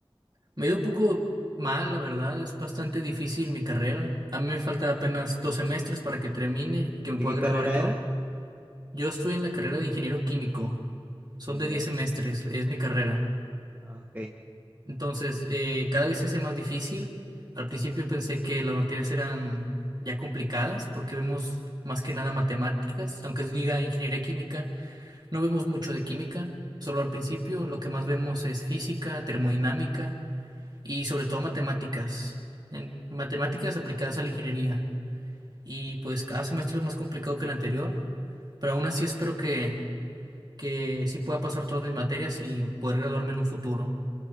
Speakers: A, on the right (about 45°); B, on the right (about 20°).
A: Me ha ido un poco mal, la verdad. Es bastante difícil mi carrera. A mí me falta apenas dos semestres para que termine y que me
B: ¿Y
A: pueda
B: qué
A: graduar
B: carrera
A: yo.
B: era?
A: Yo estoy en la carrera de ingeniero químico. Son
B: Mm,
A: de
B: Ya,
A: 10 semestres, es mi carrera.
B: ah, ok.
A: Entonces, eh, cada vez se hace más difícil. Al principio pensé que las materias eran ya complicadas porque vemos más que nada matemáticas, aunque se diga ingeniería química, no vemos mucho de química, solo al principio lo que más vemos es física, termodinámica y sobre todo matemáticas, en, matemáticas aplicadas a la ingeniería. Y pues cada semestre es más complicado que el anterior, pero aún así espero que, que sí pueda pasar todas mis materias y poder graduarme en un futuro.